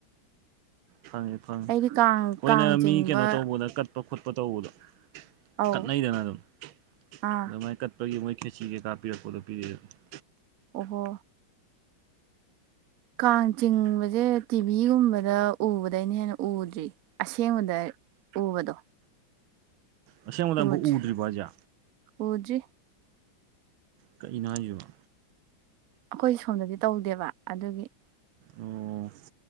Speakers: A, on the right; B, on the right.
A: ꯐꯪꯉꯦ ꯐꯪꯉꯦ
B: ꯑꯩꯗꯤ ꯀꯥꯡ
A: ꯈꯣꯏꯅ
B: ꯀꯥꯡ ꯆꯤꯡꯕ
A: ꯃꯤ ꯀꯩꯅꯣ ꯇꯧꯕꯗ ꯀꯠꯄ ꯈꯣꯠꯄ ꯇꯧꯕꯗꯣ
B: ꯑꯧ
A: ꯀꯠꯅꯩꯗꯅ ꯑꯗꯨꯝ
B: ꯑꯥ
A: ꯑꯗꯨ ꯃꯥꯏ ꯀꯠꯄꯒꯤ ꯃꯣꯏ ꯈꯦꯠꯆꯤ ꯀꯩꯀꯥ ꯄꯤꯔꯛꯄꯗꯨ ꯄꯤꯔꯤꯔꯛꯑꯦꯕ
B: ꯑꯣꯍꯣ ꯀꯥꯡ ꯆꯤꯡꯕꯁꯦ ꯇꯤ ꯚꯤꯒꯨꯝꯕꯗ ꯎꯕꯗꯩꯅ ꯍꯦꯟꯅ ꯎꯗ꯭ꯔꯤ ꯑꯁꯦꯡꯕꯗ ꯎꯕꯗꯣ
A: ꯑꯁꯦꯡꯕꯗ ꯑꯃꯨꯛꯐꯥꯎ
B: ꯎꯗ꯭ꯔꯤ
A: ꯎꯗ꯭ꯔꯤꯕꯣ ꯍꯥꯏꯁꯦ
B: ꯎꯗ꯭ꯔꯤ
A: ꯀꯩꯅꯣ ꯍꯥꯏꯖꯤꯕꯣ
B: ꯑꯩꯈꯣꯏ ꯁꯣꯝꯗꯗꯤ ꯇꯧꯗꯦꯕ ꯑꯗꯨꯒꯤ
A: ꯑꯣ